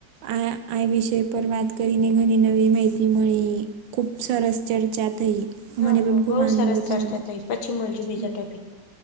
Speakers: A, on the right; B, on the left.
A: આ આ વિષય પર વાત કરીને ઘણી નવી માહિતી મળી ખૂબ સરસ ચર્ચા થઈ
B: હા
A: મને પણ ખૂબ
B: બહુ
A: આનંદ
B: સરસ
A: થયો.
B: ચર્ચા થઈ પછી મળજુ બીજા
A: હા.
B: ટોપિક પર